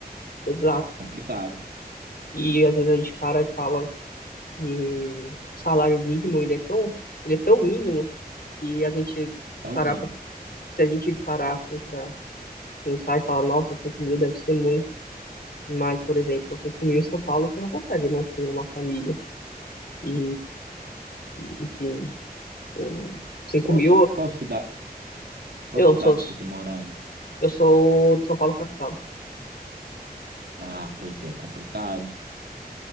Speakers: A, on the left (about 65°); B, on the right (about 80°).
A: Eles
B: Tá complicado,
A: E às vezes a gente para e fala que o salário mínimo ele é tão, ele é tão mínimo que a gente se
B: tá
A: parar
B: o mínimo.
A: pra, se a gente parar assim para pensar e falar, nossa, 5 mil deve ser muito. Mas, por exemplo, 5 mil em São Paulo você não consegue manter uma família. E, enfim, o 5
B: Qual,
A: mil,
B: qual cidade, Qual
A: eu
B: cidade
A: sou,
B: você tá morando?
A: eu sou de São Paulo capital.
B: Ah, pois é, complicado.